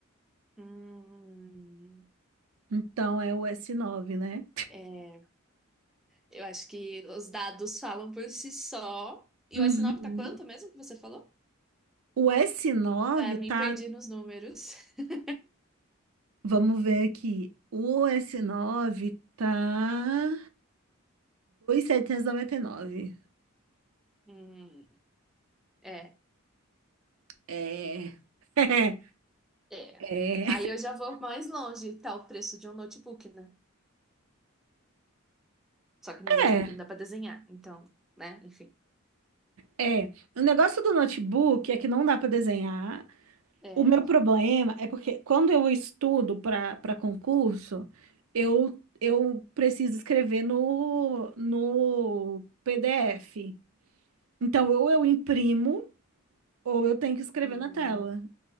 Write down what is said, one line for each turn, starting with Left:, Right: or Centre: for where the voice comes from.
Centre: Hum,
Right: Então é o s nove, né?
Centre: é. Eu acho que os dados falam por si só. E
Right: Uhum.
Centre: o s nove tá quanto mesmo que você falou?
Right: O s nove
Centre: Já me
Right: tá.
Centre: perdi nos números. <laughs>
Right: Vamos ver aqui. O s nove tá 2.799.
Centre: Hum, é.
Right: É. <laughs>
Centre: É.
Right: É.
Centre: Aí eu já vou mais longe. Tá o preço de um notebook, né Só que no notebook
Right: É.
Centre: não dá pra desenhar, então, né? Enfim.
Right: É. O negócio do notebook é que não dá para desenhar.
Centre: É.
Right: O meu problema é porque quando eu estudo para para concurso, eu, eu preciso escrever no, no PDF. Então, ou eu imprimo. Ou eu tenho que escrever
Centre: Uhum.
Right: na tela.